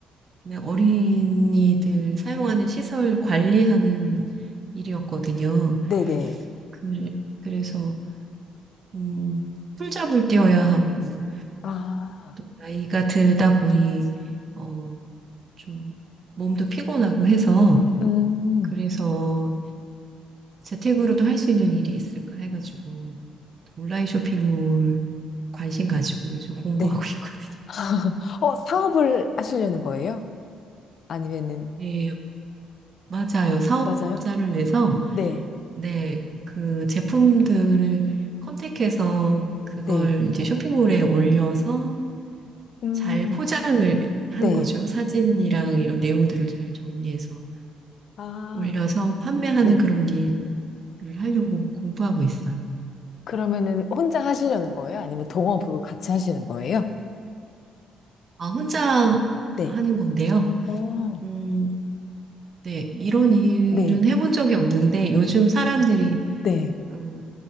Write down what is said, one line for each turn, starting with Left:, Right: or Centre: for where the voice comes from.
Right: 그냥 어린이들 사용하는 시설 관리하는 일이었거든요.
Left: 네네.
Right: 그, 그래서 음, 풀잡을 뛰어야 하고
Left: 아,
Right: 또 나이가 들다 보니 어, 좀 몸도 피곤하고 해서
Left: 음,
Right: 그래서 재택으로도 할 수 있는 일이 있을까 해가지고 온라인 쇼핑몰 관심 가지고 요즘 공부하고
Left: 네.
Right: <laughs> 있거든요.
Left: <laughs> 어, 사업을 하시려는 거예요? 아니면은,
Right: 네, 맞아요. 사업자를
Left: 맞아요?
Right: 내서
Left: 네.
Right: 네, 그 제품들을 컨택해서 그걸
Left: 네.
Right: 이제 쇼핑몰에 올려서
Left: 음,
Right: 잘 포장을 하는
Left: 네.
Right: 거죠. 사진이랑 이런 내용들을 잘 정리해서
Left: 아,
Right: 올려서 판매하는
Left: 네.
Right: 그런 일을 하려고 공부하고 있어요.
Left: 그러면은 혼자 하시려는 거예요? 아니면 동업으로 같이 하시는 거예요?
Right: 아, 혼자
Left: 네.
Right: 하는 건데요.
Left: 어,
Right: 음, 네, 이런 일은
Left: 네.
Right: 해본 적이 없는데 요즘 사람들이
Left: 네.
Right: 음,